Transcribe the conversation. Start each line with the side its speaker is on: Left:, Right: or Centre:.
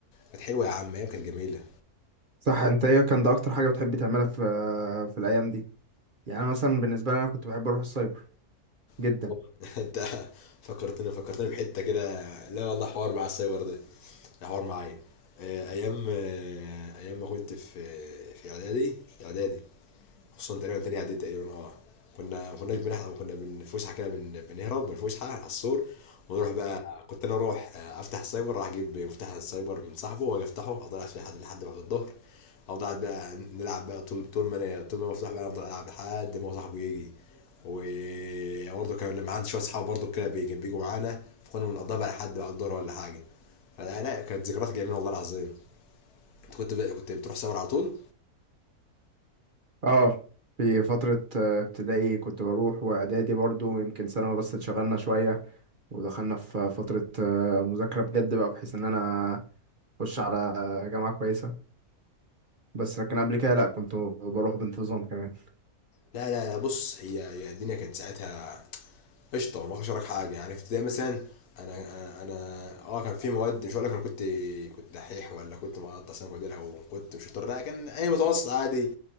Left: كانت حلوة يا عم أيام كانت جميلة
Right: صح أنت إيه كان ده أكتر حاجة بتحب تعملها في آه، في الأيام دي يعني أنا مثلا بالنسبة لي أنا كنت بحب أروح السايبر جدا
Left: <laughs> انت فكرتني فكرتني بحته كده لا والله حوار مع السايبر ده ده حوار معايا آه، ايام آه، ايام ما كنت في في اعدادي اعدادي خصوصا تقريبا تاني اعدادي تقريبا اه كنا ما كناش بنحضر كنا من فسحه كده بن- بنهرب من الفسحه على السور ونروح بقى كنت انا اروح آه، افتح سايبر راح اجيب مفتاح السايبر من صاحبه واجي افتحه افضل قاعد فيه لحد لحد بعد الظهر افضل قاعد بقى نلعب بقى طول طول ما انا طول ما أنا مفتوح بقى أنا افضل العب لحد ما هو صاحبه يجي وبرضه كان لما عندي شويه اصحاب برضه كده بيجي- بيجوا معانا فكنا بنقضيها بقى لحد بعد الظهر ولا حاجه فلا لا كانت ذكريات جميله والله العظيم انت كنت بقى كنت بتروح سايبر على طول
Right: اه في فترة آه، ابتدائي كنت بروح واعدادي برضو يمكن ثانوي بس اتشغلنا شوية ودخلنا في فترة آه، مذاكرة بجد بقى بحيث ان انا اخش على جامعة كويسة بس لكن قبل كده لا كنت بروح بانتظام كمان
Left: لا لا لا بص هي هي الدنيا كانت ساعتها قشطه ما اقدرش حاجه يعني في ابتدائي مثلا انا انا انا اه كان في مواد مش هقول لك انا كنت كنت دحيح ولا كنت مقطع سنه كوديرها وكنت مش شاطر لا كان اي متوسط عادي